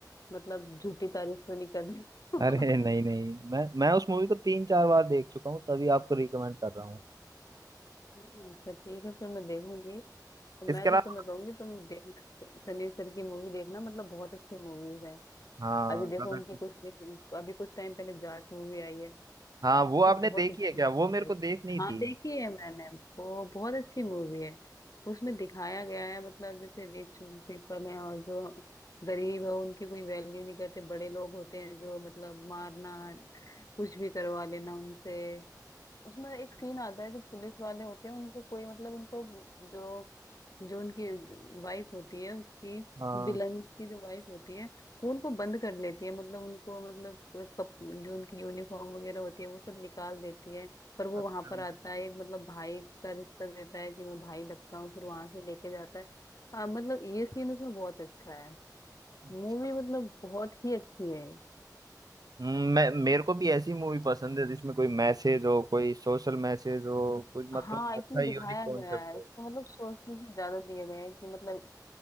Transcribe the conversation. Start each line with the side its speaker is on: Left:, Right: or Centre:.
Left: मतलब झूठी तारीफ तो नहीं कर रहे हो
Right: अरे
Left: <laughs>
Right: नहीं नहीं मैं मैं उस मूवी को तीन चार बार देख चुका हूँ तभी आपको रिकमेंड कर रहा हूँ
Left: अच्छा ठीक है फिर मैं देखूंगी तो
Right: इसके
Left: मैं
Right: अलावा
Left: तो तुम्हें कहूंगी तुम देखना सनी सर की मूवी देखना मतलब बहुत अच्छी मूवीज हैं
Right: हाँ
Left: अभी देखो
Right: दादा
Left: उनकी
Right: टू
Left: कुछ recent- अभी कुछ टाइम पहले जाट मूवी आई है
Right: हाँ
Left: मतलब
Right: वो आपने
Left: बहुत
Right: देखी
Left: अच्छी
Right: है क्या वो मेरे
Left: है
Right: को
Left: वो
Right: देखनी
Left: हाँ
Right: थी
Left: देखी है मैंने वो बहुत अच्छी मूवी है उसमें दिखाया गया है मतलब जैसे रिच पीपल हैं और जो गरीब है उनकी कोई वैल्यू नहीं करते बड़े लोग होते हैं जो मतलब मारना कुछ भी करवा लेना उनसे उसमें एक सीन आता है जो पुलिस वाले होते हैं उनको कोई मतलब उनको जो जो उनकी वाइफ होती है उसकी
Right: हाँ
Left: बिलन की जो वाइफ होती है वो उनको बंद कर लेती है मतलब उनको मतलब कप, जो उनकी यूनिफॉर्म वगैरह होती है वो सब निकाल देती है पर वो
Right: अच्छा
Left: वहां पर आता है एक मतलब भाई का रिश्ता देता है कि मैं भाई लगता हूँ फिर वहां से लेके जाता है आ, मतलब ये सीन उसमें बहुत अच्छा है
Right: अच्छा
Left: मूवी मतलब बहुत ही अच्छी है
Right: हम्म, मैं मेरे को भी ऐसी मूवी पसंद है जिसमें कोई मैसेज हो कोई सोशल मैसेज हो कुछ मतलब
Left: हाँ
Right: अच्छा
Left: इसमें
Right: यूनिक
Left: दिखाया
Right: कॉन्सेप्ट
Left: गया है
Right: हो
Left: इसमें मतलब सोच से ज्यादा दिया गया है कि मतलब